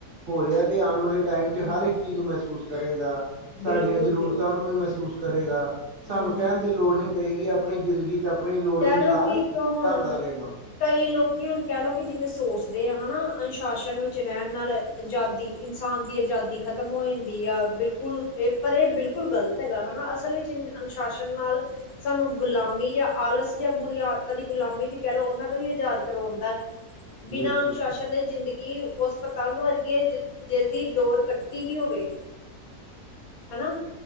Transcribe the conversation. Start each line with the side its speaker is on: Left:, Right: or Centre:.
Right: ਹੋ ਰਿਆ ਤੇ ਆਨ ਵਾਲੇ ਟਾਈਮ
Left: ਹਾਂ
Right: ਚ ਹਰ
Left: ਹਾਂ
Right: ਇੱਕ ਚੀਜ਼ ਨੂੰ ਮਹਿਸੂਸ ਕਰੇਗਾ, ਸਾਡੀਆਂ
Left: ਬਿਲਕੁਲ
Right: ਜ਼ਰੂਰਤਾਂ
Left: ਜੀ
Right: ਨੂੰ ਵੀ ਮਹਿਸੂਸ ਕਰੇਗਾ। ਸਾਨੂੰ
Left: ਹਮ
Right: ਕੈਨ ਦੀ ਲੋੜ ਨਈ ਪਏਗੀ ਆਪਨੀ ਜ਼ਿੰਦਗੀ ਚ ਆਪਨੀ ਲੋੜ
Left: ਕਹਿ
Right: ਅਨੁਸਾਰ
Left: ਲਓ ਕਿ ਇੱਕ ਹੁਣ
Right: ਢਲਦਾ ਰਏਗਾ।
Left: ਕਈ ਲੋਕੀ ਹੁਨ ਕੈ ਲਓ ਕੀ ਜਿਵੇਂ ਸੋਚਦੇ ਆ ਹਨਾ ਅਨੁਸ਼ਾਸਨ ਵਿੱਚ ਰੈਨ ਨਾਲ ਆਜ਼ਾਦੀ ਇਨਸਾਨ ਦੀ ਆਜ਼ਾਦੀ ਖਤਮ ਹੋ ਜਾਂਦੀ ਆ ਬਿਲਕੁਲ ਏ ਪਰ ਏ ਬਿਲ ਬਿਲਕੁਲ ਗਲਤ ਹੈਗਾ ਹਨਾ ਅਸਲ ਵਿੱਚ ਅਨੁਸ਼ਾਸਨ ਨਾਲ ਸਾਨੂੰ ਗੁਲਾਮੀ ਜਾਂ ਆਲਸ ਜਾਂ ਬੁਰੀਆਂ ਆਦਤਾਂ ਦੀ ਗੁਲਾਮੀ ਵੀ ਕੈ ਲੋ ਓਨਾਂ ਤੋਂ ਵੀ ਆਜ਼ਾਦ ਕਰਵੌਂਦਾ। ਬਿਨਾਂ
Right: ਬਿਲਕੁਲ
Left: ਅਨੁਸ਼ਾਸਨ ਦੇ ਜ਼ਿੰਦਗੀ ਓਸ ਪਤੰਗ ਵਰਗੀ ਐ ਜ ਜਿਸਦੀ ਡੋਰ ਕੱਟੀ ਵੀ ਹੋਵੇ। ਹਨਾ,